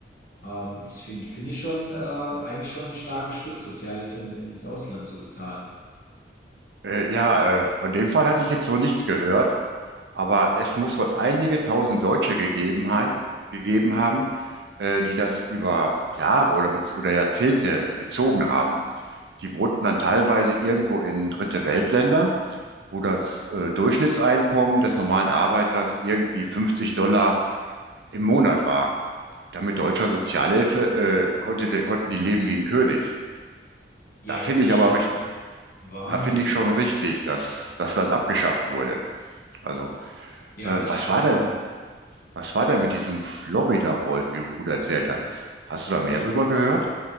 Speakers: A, on the left; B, on the right.
A: Ähm, ich finde find find ich schon äh, eigentlich schon ein starkes Stück, Sozialhilfe in, ins Ausland zu bezahlen.
B: Äh, ja, äh, von dem Fall hatte ich jetzt so nichts gehört, aber es muss wohl einige tausend Deutsche gegeben, hei- gegeben haben, äh, die das über Jahre oder, bez- oder Jahrzehnte bezogen haben. Die wohnten dann teilweise irgendwo in dritte Weltländer, wo das äh, Durchschnittseinkommen des normalen Arbeiters irgendwie 50 Dollar im Monat war. Damit deutscher Sozialhilfe äh, konnte der, konnten die leben wie ein König.
A: Ja,
B: Da finde
A: das ist
B: ich
A: schon
B: aber recht,
A: Wahnsinn.
B: Da finde ich schon richtig, dass, dass das abgeschafft wurde. Also,
A: Ja,
B: äh,
A: ich
B: was
A: ähm,
B: war denn, was war denn mit diesem Florida-Rolf, wie, wo du erzählt hattest? Hast du da mehr drüber gehört?